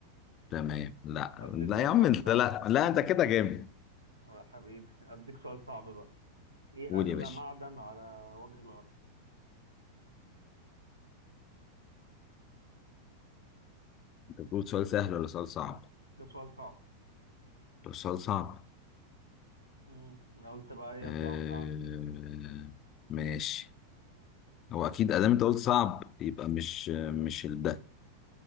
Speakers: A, on the left (about 30°); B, on the right (about 80°).
A: تمام لا
B: هديك
A: لا
B: بقى
A: يا عم
B: سؤال
A: انت
B: صعب
A: لا لا انت كده جامد
B: يا حبيبي أديك سؤال صعب بقى إيه
A: قول
B: أغلى
A: يا باشا
B: معدن على وجه الأرض؟
A: انت بتقول سؤال سهل ولا سؤال صعب
B: ده سؤال صعب
A: ده سؤال صعب
B: امم أنا قلت بقى إيه
A: آه
B: أبدأ أوقعك
A: ماشي هو اكيد ادام انت قلت صعب يبقى مش مش ال- ده